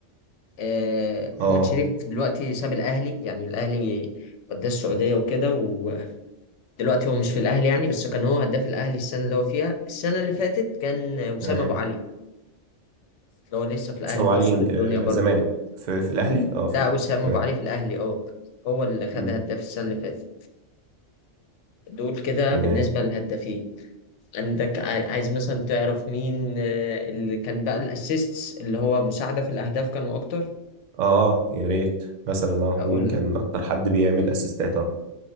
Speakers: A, on the left; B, on the right.
A: آه، محمد
B: اه
A: شريف دلوقتي ساب الاهلي يعني الاهلي قدام السعوديه وكده ودلوقتي هو مش في الاهلي يعني بس كان هو هداف الاهلي السنه اللي هو فيها السنه اللي فاتت كان وسام
B: تمام
A: ابو علي اللي هو لسه في الاهلي
B: سلام
A: مكسر
B: علي
A: الدنيا
B: آه،
A: برضو
B: زمالك في, في الاهلي اه
A: لا
B: في الاهلي
A: وسام
B: تمام
A: ابو علي في الاهلي اه هو اللي خد
B: مم.
A: هداف السنه اللي فاتت دول كده
B: تمام
A: بالنسبه للهدافين عندك ع- عايز مثلا تعرف مين آه، اللي كان بقى الاسيستس اللي هو مساعده في الاهداف كانوا اكتر
B: اه يا ريت مثلا اه
A: اقول
B: مين كان
A: لك
B: اكتر حد بيعمل اسيستات اه